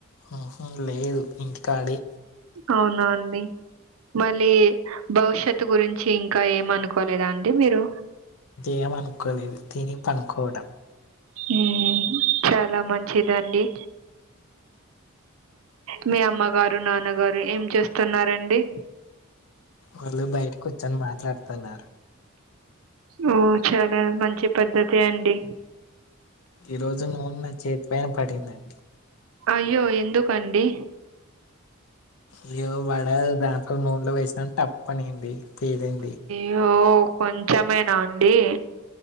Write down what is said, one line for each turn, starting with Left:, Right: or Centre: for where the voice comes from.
Left: ఆహ లేదు ఇంటికాడే
Right: అవునా అండి మళ్ళీ భవిష్యత్ గురించి ఇంకా ఏమనుకోలేదా అండి మీరు
Left: ఏం అనుకోలేదు తిని పనుకోవడం
Right: ఉమ్ చాలా మంచిదండి మీ అమ్మగారు నాన్నగారు ఏం చేస్తున్నారండి
Left: వాళ్ళు బయట కూర్చొని మాట్లాడుతున్నారు
Right: ఓ చాలా మంచి పద్ధతి అండి
Left: ఈ రోజు నూనె నా చేతి పైన పడిందండి
Right: అయ్యో ఎందుకండి
Left: య్యో వడ దాంట్లో నూనెలో వేసినా తప్ప అనింది తేలింది
Right: యో కొంచమేనా అండి